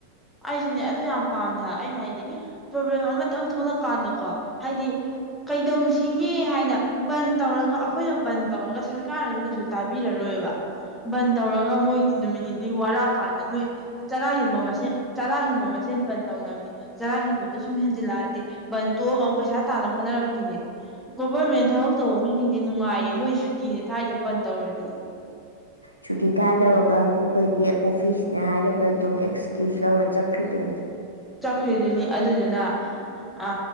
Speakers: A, in the centre; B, on the left.
A: ꯑꯩꯖꯨꯅꯦ ꯑꯗꯨ ꯌꯥꯝ ꯄꯥꯝꯗꯦ ꯍꯥꯏ ꯑꯩꯅ ꯍꯥꯏꯗꯤ ꯄ꯭ꯔꯣꯕ꯭ꯂꯦꯝ ꯑꯃꯇꯪ ꯊꯣꯛꯂꯛꯀꯥꯟꯗꯀꯣ ꯍꯥꯏꯗꯤ ꯀꯩꯗꯧꯁꯤꯒꯦ ꯍꯥꯏꯅ ꯕꯟ ꯇꯧꯔꯒ ꯑꯈꯣꯏꯅ ꯕꯟ ꯇꯧꯔꯒ ꯁꯛ ꯀꯥꯔꯁꯨ ꯀꯩꯁꯨ ꯇꯥꯕꯤꯔꯔꯣꯏꯕ ꯕꯟ ꯇꯧꯔ ꯄꯨꯔꯥ ꯃꯣꯏꯗꯤ ꯅꯨꯃꯤꯠ ꯅꯤꯅꯤ ꯋꯥꯔꯥ ꯀꯥꯟꯗ ꯅꯣꯏ ꯆꯔꯥ ꯍꯦꯟꯕ ꯃꯁꯦꯟ ꯆꯔꯥ ꯍꯦꯟꯕ ꯃꯁꯦꯟ ꯕꯟ ꯇꯧꯅꯕꯅꯤ ꯆꯔꯥ ꯍꯦꯟꯕꯗꯣ ꯁꯨꯝ ꯍꯦꯟꯖꯤꯜꯂꯛꯑꯗꯤ ꯕꯟ ꯇꯣꯛꯑꯒ ꯑꯃꯨꯛ ꯄꯩꯁꯥ ꯇꯥꯟꯅꯕ ꯍꯣꯠꯅꯔꯛ ꯗꯨꯅꯦ ꯒꯣꯕꯔꯃꯦꯟ ꯊꯕꯛ ꯇꯧꯕ ꯃꯤꯁꯤꯡꯗꯤ ꯅꯨꯡꯉꯥꯏꯌꯦ ꯃꯣꯏ ꯁꯨꯇꯤꯅꯦ ꯊꯥꯏꯁꯦ ꯕꯟ ꯇꯧꯔꯗꯤ
B: ꯁꯨꯇꯤ ꯊꯥꯗꯕ ꯀꯥꯡꯒꯨꯒꯩꯗꯤ ꯑꯣꯐꯤꯁꯅꯦ ꯍꯥꯏꯔꯒ ꯗꯨꯝ ꯑꯦꯛꯁꯀꯌꯨꯁ ꯂꯧꯔ ꯆꯠꯈ꯭ꯔꯤꯗꯨꯅꯤ
A: ꯆꯠꯈ꯭ꯔꯤꯗꯨꯅꯤ ꯑꯗꯨꯗꯨꯅ ꯑ